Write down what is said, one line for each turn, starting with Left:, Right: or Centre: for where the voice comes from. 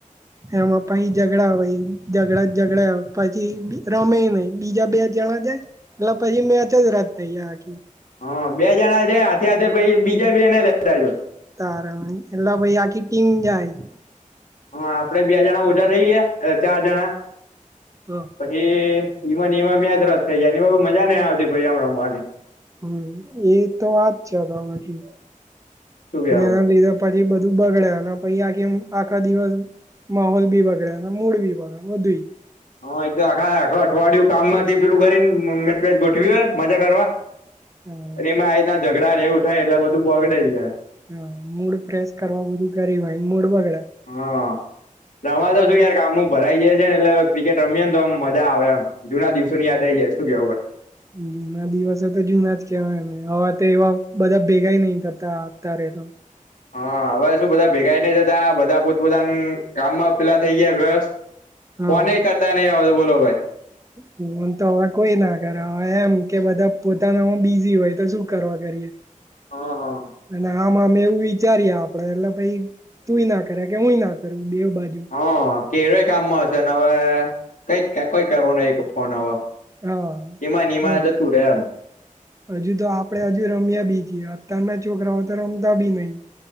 Right: એમાં પછી ઝઘડા હોય ઝઘડા ઝઘડા પછી રમે નહી બીજા બે જણા. એટલે પછી મેચ રદ થઈ આખી.
Left: હા બે જણા જાયે હાથે હાથે પ બીજા બે ને લેતા જ.
Right: તારા એટલે ભાઈ આખી ટીમ જાય.
Left: હા આપડે બે જણા ઓછા થઇ ગયા ચાર જણા
Right: હા.
Left: પછી. એમાં એમાં મેચ રદ થઈ જાય એમાં મજા નઈ આવતી ભઈ આમ રમવાની.
Right: હમ્મ એ તો વાજ છે તાથી
Left: શું કેવું
Right: અને એના લીધા. પછી બધું બગડે અને પછી આખીમ આખા દિવસ. માહોલ બી બગડ્યા અને મૂડ બી બડ વધુ.
Left: હા એ આખા આખ અઠવાડિયું કામ માં પેલું કરીને મેચ ગોઠવી હોય મજા કરવા.
Right: બધું
Left: અને એમાં આના ઝઘડા ને એવું થાય એટલે બધું બગડે જ ગયા.
Right: હ મૂડ પ્રેસ કરવા બધું કરી હોય મૂડ બ.
Left: હા રમા તો શું યાર કામનું ભરાઈ જાય છે ને એટલે. ક્રિકેટ રમી ને તોમ મજા આવે એમ જૂના દિવસોની યાદ આવીઈ જાય શ સુ.
Right: જુના દિવસે તો જુના જ કેવાયને હવે તો એવા બધા ભેગા નહ થતા. તારે એ તો.
Left: હા હવે શું બધા ભેગા નહ થતા બધા પોતપોતા ગામમાં પેલા થઈ ગયા વ્યસ્.
Right: હા
Left: કોને કરતા નહી બોલો.
Right: મન તો હવે કોઈ ના કરે હવે એમ કે બધા. પોતાનામાં બીઝી હોય તો શું કરવા કરીએ.
Left: હ હા.
Right: અને આમાં મેં એવું વિચાર્યા આપડે એટલે ભાઈ તુંય ના કરે કે હુંય ના કરું. બેવ બાજુ
Left: હા કેવા કામમાં હશે હવે કઈ કઈ કરવો નહી ફોન હવે.
Right: હા
Left: એમાંનમાત હતું રમ.
Right: હજુ તો આપડે હજુ રમ્યા બી છીએ અતારના છોકરાઓ તો રમતા બી નહીિ.